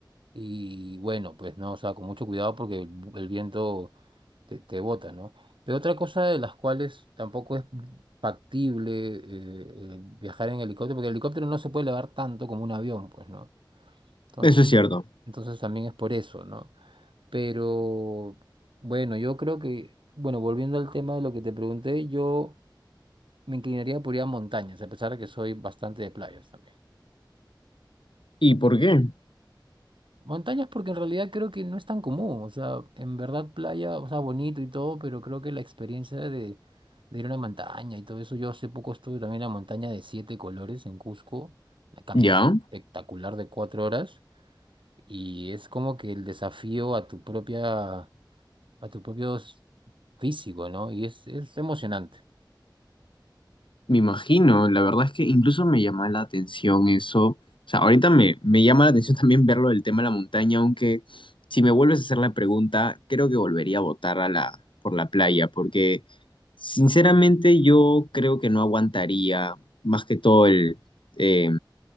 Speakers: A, on the right; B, on the left.
A: Y bueno, pues no, o sea, con mucho cuidado porque el, el viento te, te bota, ¿no? Pero otra cosa de las cuales tampoco es factible eh, eh, viajar en helicóptero, porque el helicóptero no se puede elevar tanto como un avión, pues, ¿no? Entonces,
B: eso es cierto.
A: entonces también es por eso, ¿no? Pero bueno, yo creo que, bueno, volviendo al tema de lo que te pregunté, yo me inclinaría por ir a montañas, a pesar de que soy bastante de playas también.
B: ¿Y por qué?
A: Montañas porque en realidad creo que no es tan común, o sea, en verdad playa, o sea, bonito y todo, pero creo que la experiencia de, de ir a una montaña y todo eso, yo hace poco estuve también en la montaña de siete colores en Cusco, una caminata
B: ¿Ya?
A: espectacular de cuatro horas, y es como que el desafío a tu propia, a tu propio s- físico, ¿no? Y es, es emocionante.
B: Me imagino, la verdad es que incluso me llama la atención eso. O sea, ahorita me, me llama la atención también verlo del tema de la montaña, aunque si me vuelves a hacer la pregunta, creo que volvería a votar a la, por la playa, porque sinceramente yo creo que no aguantaría más que todo el, eh,